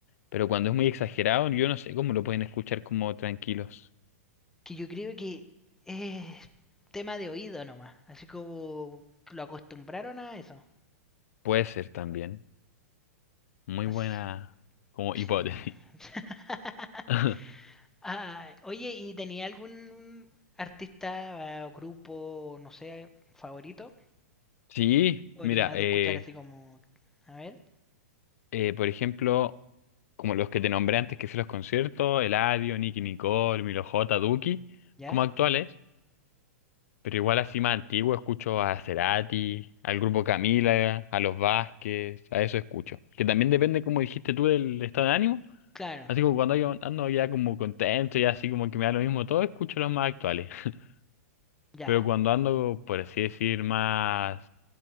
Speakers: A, on the left (about 65°); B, in the centre.
A: Pero cuando es muy exagerado, yo no sé cómo lo pueden escuchar como tranquilos.
B: Que yo creo que es tema de oído nomás, así como lo acostumbraron a eso.
A: Puede ser también. Muy
B: No
A: buena
B: sé,
A: como hipótesis.
B: sí. <laughs>
A: <laughs>
B: Ah, oye, ¿y tenía algún artista eh, o grupo, no sé, favorito?
A: Sí,
B: ¿O
A: mira,
B: eres más
A: eh,
B: de escuchar así como... A ver.
A: eh, por ejemplo, como los que te nombré antes que fui a los conciertos, Eladio, nicky Nicole, Milo J, Duki,
B: ¿Ya?
A: como actuales. Pero igual así más antiguo escucho a Cerati, al grupo Camila, a los Vázquez, a eso escucho. Que también depende, como dijiste tú, del estado de ánimo.
B: Claro,
A: Así como cuando yo ando ya como contento y así como que me da lo mismo todo, escucho los más actuales. <laughs>
B: ya.
A: Pero cuando ando, por así decir, más